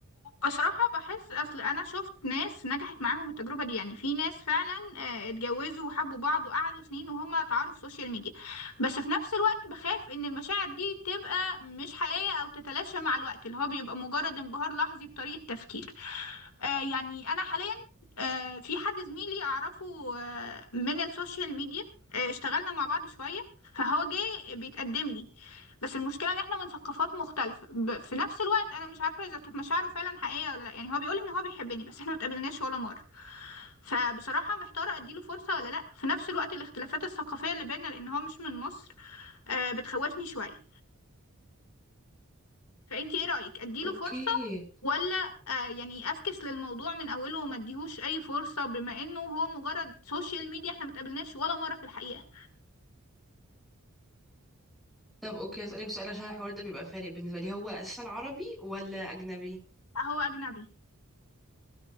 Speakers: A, on the left; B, in the centre.
A: بصراحة بحس أصل أنا شفت ناس نجحت معاهم التجربة دي يعني في ناس فعلا آه، اتجوزوا وحبوا بعض وقعدوا سنين وهم اتعاروا في سوشيال ميديا بس في نفس الوقت بخاف إن المشاعر دي تبقى مش حقيقية أو تتلاشى مع الوقت اللي هو بيبقى مجرد انبهار لحظي بطريقة تفكير آه، يعني أنا حاليا آه، في حد زميلي أعرفه آه، من السوشيال ميديا آه، اشتغلنا مع بعض شوية فهو جه بيتقدم لي بس المشكلة ان احنا من ثقافات مختلفة ب... في نفس الوقت انا مش عارفة اذا كانت مشاعره فعلا حقيقية ولا لا يعني هو بيقول ان هو بيحبني بس احنا ما اتقابلناش ولا مرة فبصراحة محتارة اديله فرصة ولا لا في نفس الوقت الاختلافات الثقافية اللي بيننا لان هو مش من مصر آه بتخوفني شوية فانتي ايه رأيك اديله
B: اوكي
A: فرصة ولا آه يعني افكس للموضوع من اوله وما اديهوش اي فرصة بما انه هو مجرد سوشيال ميديا احنا ما اتقابلناش ولا مرة في الحقيقة
B: طب اوكي هسألك سؤال عشان الحوار ده بيبقى فارق بالنسبة لي هو اساسا عربي ولا اجنبي
A: هو اجنبي